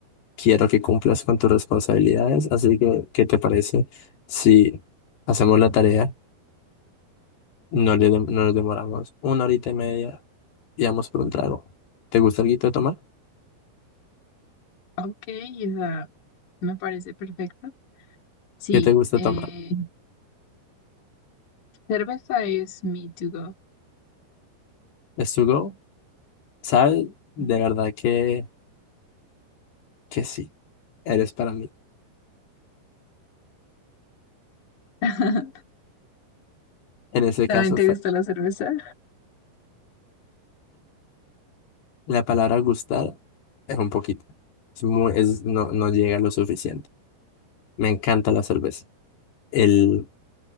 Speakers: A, on the left (about 70°); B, on the left (about 50°).
A: quiero que cumplas con tus responsabilidades. Así que, ¿qué te parece si hacemos la tarea? No, le, no nos demoramos una horita y media y vamos por un trago. ¿Te gusta algo de tomar?
B: Ok, esa me parece perfecto. Sí,
A: ¿Qué te gusta
B: eh,
A: tomar?
B: cerveza es mi to go.
A: ¿Es to go? ¿Sabes? De
B: Ujú.
A: verdad que, que sí. Eres para mí.
B: <laughs>
A: En ese
B: ¿También
A: caso
B: te
A: fue.
B: gusta la cerveza?
A: La palabra gustar es un poquito. Es muy, es, no, no llega lo suficiente. Me encanta la cerveza. El,